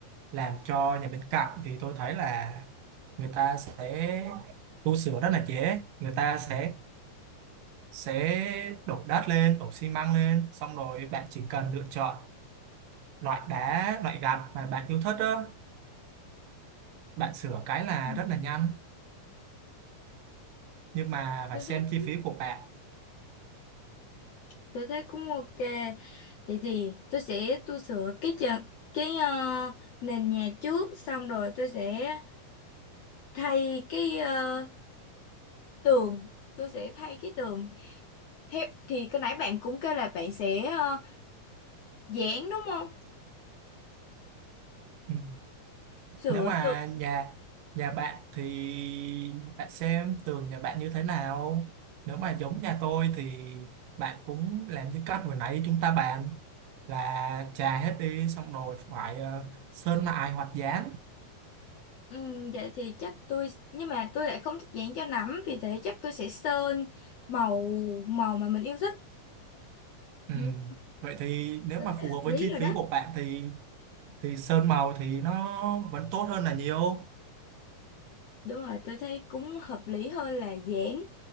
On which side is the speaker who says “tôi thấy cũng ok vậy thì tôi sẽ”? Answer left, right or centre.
Left